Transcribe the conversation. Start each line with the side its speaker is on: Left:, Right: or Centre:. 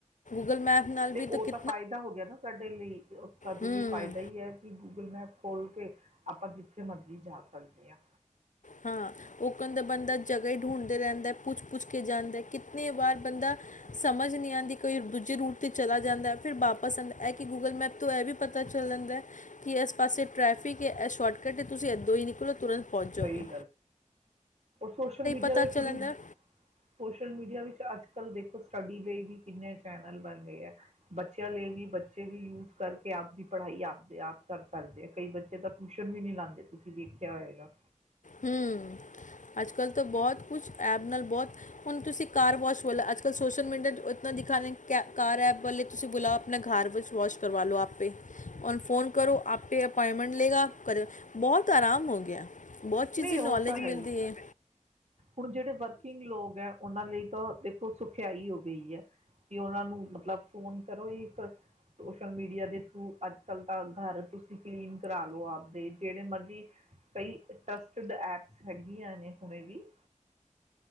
Left: ਗੂਗਲ ਮੈਪ ਨਾਲ
Right: ਤੇ
Left: ਵੀ ਤਾਂ
Right: ਉਹ
Left: ਕੀ
Right: ਫਾਇਦਾ ਹੋ ਗਿਆ ਨਾ ਸਾਡੇ ਲਈ ਸਾਡੇ
Left: ਹੂੰ
Right: ਲਈ ਫਾਇਦਾ ਹੀ ਹੈ ਕਿ ਗੂਗਲ ਮੈਪ ਖੋਲ ਕੇ ਆਪਾਂ ਜਿੱਥੇ ਮਰਜ਼ੀ ਜਾ ਸਕਦੇ ਹਾਂ।
Left: ਹਾਂ, ਉਹ ਕਹਿੰਦਾ ਬੰਦਾ ਜਗ੍ਹਾ ਹੀ ਢੂੰਢਦਾ ਰਹਿੰਦਾ ਪੁੱਛ-ਪੁੱਛ ਕੇ ਜਾਂਦਾ ਕਿੰਨੀ ਵਾਰ ਬੰਦਾ ਸਮਝ ਨਹੀਂ ਆਉਂਦੀ ਕੋਈ ਦੂਜੇ ਰੂਟ ਤੇ ਚਲਾ ਜਾਂਦਾ ਫਿਰ ਵਾਪਸ ਆਉਂਦਾ ਇਹ ਕਿ ਗੂਗਲ ਮੈਪ ਤੋਂ ਇਹ ਵੀ ਪਤਾ ਚੱਲ ਜਾਂਦਾ ਕਿ ਇਸ ਪਾਸੇ ਟ੍ਰੈਫਿਕ ਹੈ ਇਹ ਸ਼ੋਰਟਕੱਟ ਹੈ ਤੁਸੀਂ ਇੱਦੋਂ ਹੀ ਨਿਕਲੋ ਤੁਰੰਤ ਪਹੁੰਚ ਜਾਗੇ
Right: ਸਹੀ ਸੋਸ਼ਲ ਮੀਡੀਆ
Left: ਪਤਾ
Right: ਦੇ
Left: ਚੱਲ
Right: ਥਰੂ
Left: ਜਾਂਦਾ
Right: ਸੋਸ਼ਲ ਮੀਡੀਆ ਵਿੱਚ ਅੱਜ ਕੱਲ੍ਹ ਦੇਖੋ ਸਟੱਡੀ ਲਈ ਵੀ ਕਿੰਨੇ ਚੈਨਲ ਬਣ ਗਏ ਆ, ਬੱਚਿਆਂ ਲਈ ਵੀ ਬੱਚੇ ਵੀ ਯੂਜ ਕਰਕੇ ਆਪਦੀ ਪੜ੍ਹਾਈ ਆਪਦੇ ਆਪ ਕਰ ਸਕਦੇ ਆ ਕਈ ਬੱਚੇ ਤਾਂ ਟਿਊਸ਼ਨ ਵੀ ਨੀ ਲਾਉਂਦੇ ਤੁਸੀਂ ਵੇਖਿਆ ਹੋਏਗਾ।
Left: ਹਮ ਅੱਜ ਕੱਲ ਤਾਂ ਬਹੁਤ ਕੁਛ ਐਪ ਨਾਲ ਬਹੁਤ ਹੁਣ ਤੁਸੀਂ ਕਾਰ ਵਾਸ਼ ਵ ਅੱਜ ਕੱਲ ਸੋਸ਼ਲ ਮੀਡੀਆ ਇਤ ਦਿਖਾ ਕਾਰ ਐਪ ਵੇ ਤੁਸੀਂ ਬੁਲਾਓ ਆਪਣਾ ਘਰ ਵਿੱਚ ਵਾਸ਼ ਕਰਵਾ ਲਓ ਆਪੇ ਔਨੂੰ ਫੋਨ ਕਰੋ ਆਪ ਪ ਅਪੋਇੰਟਮੈਂਟ ਲਏਗਾ ਕਰ ਬਹੁਤ ਆਰਾਮ ਹੋ ਗਿਆ ਬਹੁਤ ਚੀਜ਼
Right: ਨਹੀਂ ਉਹ
Left: ਨੌਲੇਜ
Right: ਤਾਂ
Left: ਮਿਲਦੀ
Right: ਹੀ
Left: ਹੈ
Right: ਹੁਣ ਜਿਹੜੇ ਵਰਕਿੰਗ ਲੋਕ ਹੈ ਉਹਨਾਂ ਲਈ ਤਾਂ ਦੇਖੋ ਸੁਖਿਆਈ ਹੋ ਗਈ ਹੈ ਕਿ ਉਹਨਾਂ ਨੂੰ ਮਤਲਬ ਫੋਨ ਕਰੋ ਇੱਕ ਸੋਸ਼ਲ ਮੀਡੀਆ ਦੇ ਥਰੂ ਅੱਜ ਕੱਲ ਤਾਂ ਘਰ ਤੁ ਂ ਕਲੀਨ ਕਰਾਾਲੋ ਆਪਦੇ ਜਿਹੜੇ ਮਰਜ਼ੀ <unintelligible> ਕਈ ਟੱਸਟਡ ਐਪਸ ਹੈਗੀਆਂ ਨੇ <unintelligible>